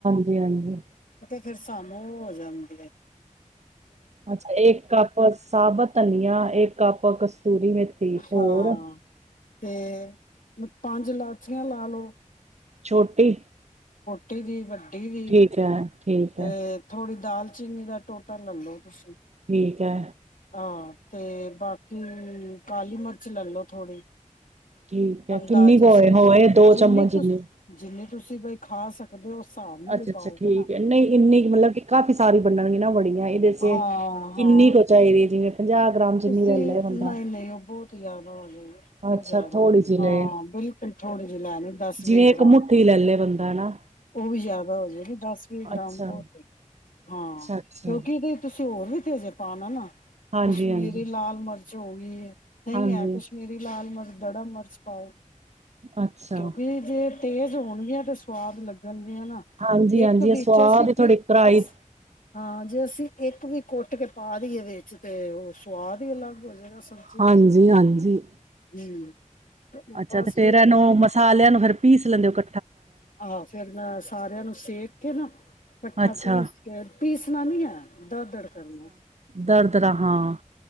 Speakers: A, on the right (about 55°); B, on the left (about 90°).
A: ਹਾਂਜੀ -ਹਾਂਜੀ-
B: ਫੇਿਰ ਸਾਨੂੰ ਉਹ ਹੋ ਜਾਂਦੀ ਆ
A: ਅੱਛਾ ਇੱਕ ਕੱਪ ਸਾਬਤ ਧਨੀਆ ਇੱਕ ਕੱਪ ਕਸ ਸੂਰੀ ਮੇਥੀ ਹੋਰ
B: ਹਾਂ ਤੇ ਪੰਜ ਲਾਚੀਆਂ ਲਾ ਲਓ
A: ਛੋਟੀ
B: ਟੀ ਵੀ ਵੱਡੀ ਦੀ
A: ਠੀਕ ਹੈ ਠੀਕ
B: ਤੇ
A: ਹੈ
B: ਥੋੜੀ ਦਾਲਚੀਨੀ ਦਾ ਟੋਟਾ ਲੈਲੋ ਤੁਸੀਂ
A: ਠੀਕ ਹੈ
B: ਹਾਂ ਤੇ ਬਾਕੀ ਕਾਲੀ ਮਿਰਚ ਲੈਲੋ ਥੋੜ੍ਹੀ
A: ਠੀਕ ਹੈ
B: ਅੰਦਾਜ਼ੇ
A: ਕਿੰਨੀ ਕੋਏ
B: ਸਿਰ
A: ਹੋਵੇ ਦੋ
B: ਜਿੰਨੀ
A: ਚਮਚ ਜਿੰਨੇ
B: ਤੁਸੀਂ ਜਿੰਨੀ ਤੁਸੀਂ ਬਈ ਖਾ ਸਕਦੇ ਹੋ ਹਿਸਾਬ ਨਾਲ
A: ਅੱਛਾ
B: ਹੀ
A: ਅੱਛਾ
B: ਪਾਓਗੇ
A: ਠੀਕ
B: ਨਾ
A: ਹੈ ਨਹੀਂ ਇੰਨੀ ਮਤਲਬ ਕਿ ਕਾਫ਼ੀ ਸਾਰੀ ਬੰਡਣਗੇ ਨਾ ਬੜੀਆਂ ਇਹਦੇ ਚ
B: ਹਾਂ
A: ਕਿੰਨੀ
B: ਹਾਂ
A: ਕੁ ਚਾਹੀਦੀ ਜਿਵੇਂ ਪੰਜਾਹ ਗ੍ਰਾਮ
B: ਤੁਸੀਂ
A: ਜਿੰਨੀ ਲੈ ਲਏ ਬੰਦਾ
B: ਨਹੀਂ ਨਹੀਂ ਉਹ ਬਹੁਤ ਆ ਜ਼ਾਦਾ ਹੋ ਜਾਏਗੀ ਬ
A: ਅੱਛਾ
B: ਜ਼ਿਆਦਾ
A: ਥੋੜ੍ਹੀ ਜਿਹੀ ਲਏ
B: ਹਾਂ ਬਿਲਕੁਲ ਥੋੜੀ ਜਿਹੀ ਲੈਣੀ ਦਸ
A: ਜਿਵੇਂ
B: ਵੀਹ
A: ਇੱਕ
B: ਗ੍ਰਾਮ
A: ਮੁੱਠੀ ਲੈ ਲਏ ਬੰਦਾ ਹਨਾ
B: ਉਹ ਵੀ ਜਿਆਦਾ ਹੋ ਜਾ ਨੀ ਦਸ ਵੀਹ ਗ੍ਰਾਮ
A: ਅੱਛਾ
B: ਬਹੁਤ ਹਾਂ
A: ਅੱਛਾ ਅੱਛਾ
B: ਕਿਉਂਕਿ ਇਹਦੇ ਹੋਰ ਵੀ ਤੇ ਅਜੇ ਪਾਣਾ ਨਾ
A: ਹਾਂਜੀ
B: ਖੀਰੀ
A: ਹਾਂਜੀ
B: ਲਾਲ ਮਰਚ ਓਹ ਵੀ ਹੈ ਨਹੀਂ
A: ਹਾਂਜੀ
B: ਹੈ ਕਸ਼ਮੀਰੀ ਲਾਲ ਮਰਚ ਥੋੜਾ ਮਰਚ ਪਾਓ
A: ਅੱਛਾ
B: ਕਿਉਂਕਿ ਜੇ ਤੇਜ਼ ਹੋਣਗੀਆਂ ਤੇ ਸੁਵਾਦ ਲੱਗਣ ਹਨਾ
A: ਹਾਂਜੀ ਹਾਂਜੀ
B: ਇੱਕ ਵੀਚ
A: ਇਹ ਸਵਾਦ
B: ਅ ਸੀ ਕਿ
A: ਹੀ ਥੋੜੀ ਕਰਾਈ
B: ਅਸੀ ਹਾਂ ਜੇ ਅਸੀਂ ਇੱਕ ਵੀ ਕੁੱਟ ਕੇ ਪਾ ਦੀਈਏ ਵਿੱਚ ਤੇ ਉਹ ਸਵਾਦ ਹੀ ਅਲੱਗ ਹੋ ਜਾਏਗਾ ਸਬਜ਼ੀ
A: ਹਾਂਜੀ
B: ਦਾ ਤੇ
A: ਹਾਂਜੀ
B: ਹੂੰ- ਤੇ ਉਹ
A: ਅੱਛਾ
B: ਬਸ
A: ਤੇ ਫੇਰ ਇਹ ਨੂੰ ਮਸਾਲਿਆਂ ਨੂੰ ਫਿਰ ਪੀਸ ਲੈਂਦੇ ਐ ਕ
B: ਆਹੋ ਫੇਰ ਮੈਂ ਸਾਰਿਆਂ ਨੂੰ ਸੇਕ ਕੇ ਨਾ ਕੱਠਾ
A: ਅੱਛਾ
B: ਪੀਸ ਕੇ ਪੀਸਣਾ ਨੀ ਏ, ਦਰ ਦੜ ਕਰਨਾ।
A: ਦਰ ਤਰ੍ਹਾਂ ਹਾਂ